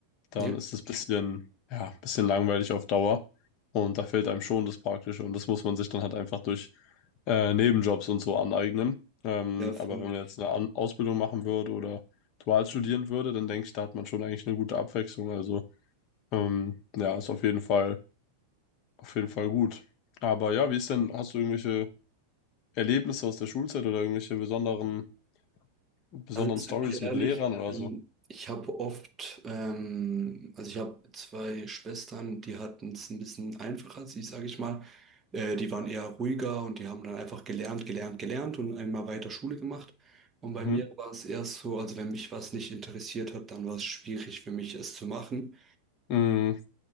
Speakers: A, on the left; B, on the right.
A: dann
B: Ja,
A: ist es ein bisschen, ja, ein bisschen langweilig auf Dauer. Und da fehlt einem schon das Praktische. Und das muss man sich dann halt einfach durch äh, Nebenjobs und so aneignen. Ähm,
B: ja, voll.
A: aber wenn man jetzt eine An Ausbildung machen würde oder dual studieren würde, dann denke ich, da hat man schon eigentlich eine gute Abwechslung. Also ähm, ja, ist auf jeden Fall, auf jeden Fall gut. Aber ja, wie ist denn, hast du irgendwelche Erlebnisse aus der Schulzeit oder irgendwelche besonderen, besonderen
B: Also ich
A: Stories
B: sag dir ehrlich,
A: mit Lehrern oder
B: ähm,
A: so?
B: ich habe oft, ähm, also ich habe zwei Schwestern, die hatten es ein bisschen einfacher, sie sage ich mal. Äh, die waren eher ruhiger und die haben dann einfach gelernt, gelernt, gelernt und einmal weiter Schule gemacht. Und bei
A: Mhm.
B: mir war es eher so, also wenn mich was nicht interessiert hat, dann war es schwierig für mich, es zu machen.
A: Mhm,